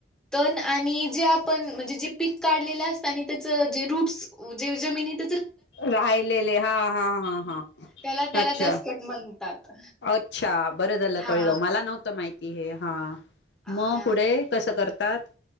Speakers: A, in the centre; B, on the left.
A: तण आणि जे आपण म्हंजे जे पीक काढलेले असतं आणि त्याच जे रूट्स जे जमिनीत
B: राहिलेले हां हां हा हा
A: त्याला त्याला
B: अच्छा,
A: दसकट म्हणतात
B: अच्छा बरं झालं
A: हा
B: कळलं मला नव्हतं माहित! ती हे हां.
A: आ
B: म पुढे कसं कर तात?